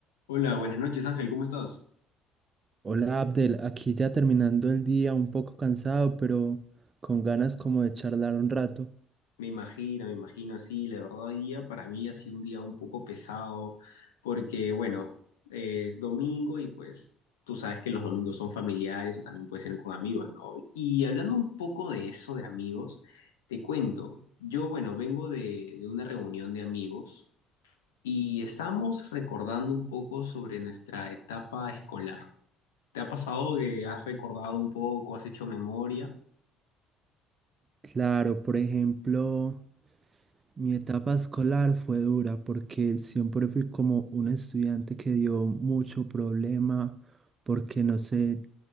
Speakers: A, on the left; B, on the right.
A: Hola, buenas noches Ángel, ¿cómo estás?
B: Hola Abdel, aquí ya terminando el día, un poco cansado, pero con ganas como de charlar un rato.
A: Me imagino, me imagino, sí, la verdad hoy día para mí ha sido un día un poco pesado porque, bueno, es domingo y pues tú sabes que los domingos son familiares o también pueden ser con amigos, ¿no? Y hablando un poco de eso, de amigos, te cuento, yo, bueno, vengo de, de una reunión de amigos y estamos recordando un poco sobre nuestra etapa escolar. ¿Te ha pasado que has recordado un poco, has hecho memoria?
B: Claro, por ejemplo, mi etapa escolar fue dura porque siempre fui como un estudiante que dio mucho problema, porque no sé,